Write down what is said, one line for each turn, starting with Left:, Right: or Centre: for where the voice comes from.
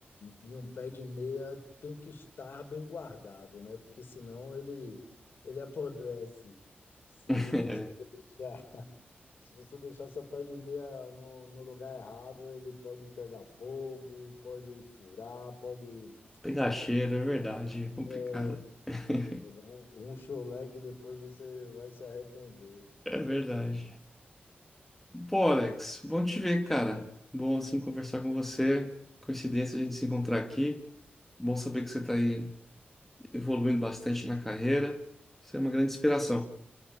Left: e, e, e um pé de meia tem que estar bem guardado, né? Porque senão ele, ele apodrece. Se
Centre: <laughs>
Left: você <laughs>
Centre: É,
Left: deixar, se você deixar seu pé de meia no, no lugar errado, ele pode pegar fogo, pode furar, pode
Centre: pegar cheiro, é verdade, é complicado.
Left: é,
Centre: <laughs>
Left: pegar um, um chulé que depois você vai se arrepender.
Centre: É verdade. Bom, Alex, bom te ver, cara. Bom assim conversar com você. Coincidência a gente se encontrar aqui. Bom saber que você está aí evoluindo bastante na carreira. Você é uma grande inspiração.